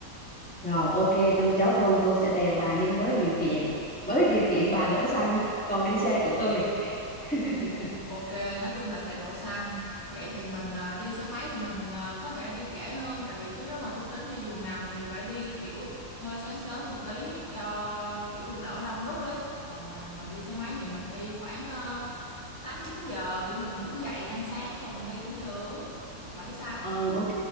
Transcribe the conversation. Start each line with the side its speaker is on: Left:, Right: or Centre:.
Centre: rồi ok tôi chốt luôn tôi sẽ đèo bà nhưng với điều kiện với điều kiện bà đổ xăng còn đi xe của tôi <laughs>
Left: Ok, nói chung là sẽ đổ xăng. Vậy thì mình ờ, đi xe máy thì mình ờ, có thể đi trễ hơn tại vì tôi nếu mà tôi tính đi giường nằm thì phải đi kiểu hơi sáng sớm một tí cho kiểu đỡ đông đúc ấy. Còn mình mà đi xe máy thì mình đi khoảng ờ, tám chín giờ kiểu mình ngủ dậy ăn sáng đồ mình đi cũng được. Bạn thấy sao?
Centre: ừ ok